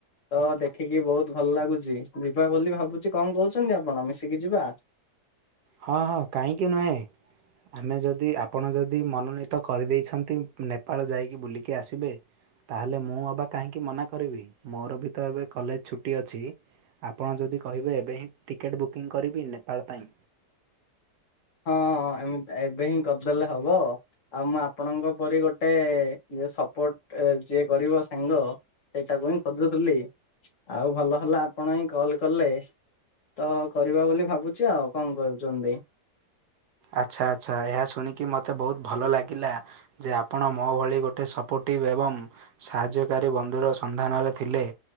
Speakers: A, on the left; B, on the right.
A: ତ ଦେଖିକି ବହୁତ ଭଲ ଲାଗୁଛି ଯିବାବୋଲି ଭାବୁଚି କଣ କହୁଛନ୍ତି ଆପଣ ମିଶିକି ଯିବା?
B: ହଁ ହଁ କାହିଁକି ନୁହେଁ। ଆମେ ଯଦି ଆପଣ ଯଦି ମନୋନୀତ କରିଦେଇଛନ୍ତି ନେପାଳ ଯାଇକି ବୁଲିକି ଆସିବେ। ତାହେଲେ ମୁଁ ଅବା କାହିଁକି ମନା କରିବି ମୋରବିତ ଏବେ କଲେଜ ଛୁଟି ଅଛି। ଆପଣ ଯଦି କହିବେ ଏବେହିଁ ଟିକେଟ ବୁକିଂ କରିବି ନେପାଳ ପାଇଁ।
A: ହଁ ହଁ ହଁ ଏମତି ଏବେହିଁ କରିଦେଲେ ହବ ଆଉ ମୁଁ ଆପଣଙ୍କ ପରି ଗୋଟେ ଯିଏ ସପୋର୍ଟ ଯିଏ କରିବ ସାଙ୍ଗ ସେଇଟାକୁହିଁ ଖୋଜୁଥିଲି। ଆଉ ଭଲ ହେଲା ଆପଣହିଁ କଲକଲେ। ତ କରିବା ବୋଲି ଭାବୁଚି ଆଉ କଣ କରୁଚନ୍ତି?
B: ଆଚ୍ଛା ଆଚ୍ଛା ଏହା ଶୁଣିକି ମୋତେ ବହୁତ ଭଲ ଲାଗିଲା। ଯେ ଆପଣ ମୋଭଳି ଗୋଟେ ସପୋର୍ଟିଭ୍ ଏବଂ ସାହାଯ୍ୟକାରୀ ବନ୍ଧୁର ସନ୍ଦାନରେ ଥିଲେ।